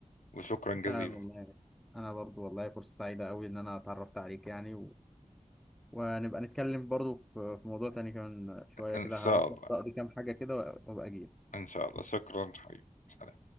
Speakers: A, on the left; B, in the centre.
A: وشكرا جزيلا
B: فعلا والله انا برضو والله فرصة سعيدة قوي ان انا اتعرفت عليك يعني ونبقى نتكلم برضو في في موضوع تاني كمان شوية
A: إن
B: كده
A: شاء
B: هروح
A: الله
B: بس أقضي كام حاجة كده وأبقى أجي
A: إن شاء الله شكرا حبيبي سلام